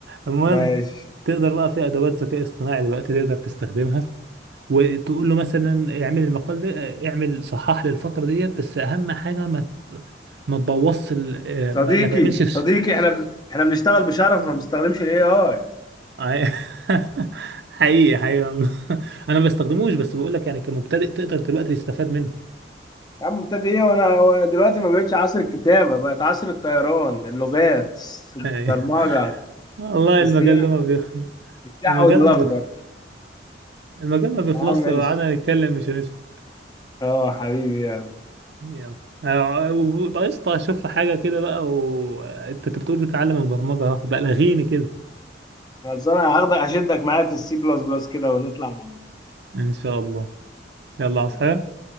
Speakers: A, on the right (about 60°); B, on the left (about 20°).
A: المهم
B: ماشي
A: تقدر بقى في ادوات ذكاء اصطناعي دلوقتي تقدر تستخدمها وتقول له مثلا اعمل المقال ده اعمل صحح لي الفقره ديت بس اهم حاجه ما تبوظش ال... آه،
B: صديقي
A: ما... ما تعملش فش
B: صديقي احنا ب... احنا بنشتغل بشرف ما بنستخدمش الاي اي
A: عي- <laughs> حقيقي حقيقي والله. <laughs> انا ما بستخدموش بس بقول لك يعني كمبتدئ تقدر دلوقتي تستفاد منه
B: يا عم ابتدى ايه وانا دلوقتي ما بقتش عصر الكتابه بقت عصر الطيران اللغات البرمجه
A: يعني <laughs> والله
B: السياحه
A: المجال ده ما بيخلص
B: فاهم السياحه
A: المجال
B: والاخضر
A: ما بيخلص المجال ما بيخلصش
B: يا عم ماشي
A: لو قعدنا نتكلم مش هنسكت
B: اه حبيبي يلا
A: يلا آه، وبقى قشطة اشوف حاجة كده بقى وانت بتقول بتتعلم البرمجة أهو. بقى لغيني كده
B: خلصانه هاخدك اشدك معايا في السي بلس بلس كده ونطلع مع بعض
A: ان شاء الله يلا عاوز
B: ماشي.
A: حاجة